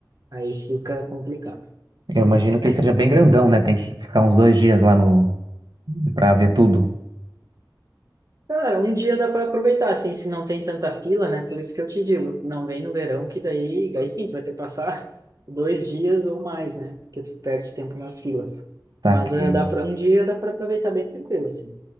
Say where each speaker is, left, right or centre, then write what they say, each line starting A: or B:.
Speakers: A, on the right; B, on the right.
A: Aí fica complicado.
B: Eu imagino que
A: Aí
B: ele seja bem grandão, né? Tem que ficar uns dois dias lá no para ver tudo.
A: Cara, um dia dá para aproveitar, assim, se não tem tanta fila, né? Por isso que eu te digo, não vem no verão, que daí, daí sim, tu vai ter que passar <laughs> dois dias ou mais, né? Porque tu perde tempo nas filas.
B: Tá
A: Mas
B: que.
A: eh, dá para um dia dá para aproveitar bem tranquilo, assim.